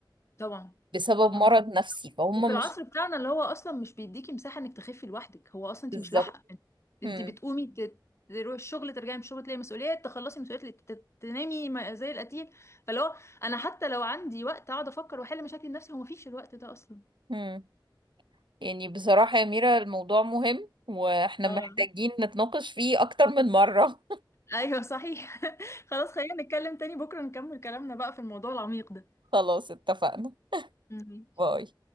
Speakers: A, on the left (about 35°); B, on the right (about 75°).
A: طبعا
B: بسبب
A: طبعا
B: مرض نفسي فهم
A: وفي العصر
B: مش
A: بتاعنا اللي هو اصلا مش بيديكي مساحه انك تخفي لوحدك هو اصلا انت
B: بالظبط
A: مش لاحقه انت
B: هم.
A: بتقومي ت- تروحي الشغل ترجعي من الشغل تلاقي مسؤوليات تخلصي مسؤوليات ت- تنامي ما- زي القتيل فاللي هو انا حتى لو عندي وقت اقعد افكر واحل مشاكل نفسي هو مفيش الوقت ده اصلا
B: هم. يعني بصراحة يا ميرا الموضوع مهم وإحنا
A: اه
B: محتاجين نتناقش فيه أكتر من مرة
A: ايوه صحيح <laughs> خلاص خلينا نتكلم تاني بكره نكمل كلامنا بقى في الموضوع العميق ده
B: خلاص اتفقنا
A: مم.
B: باي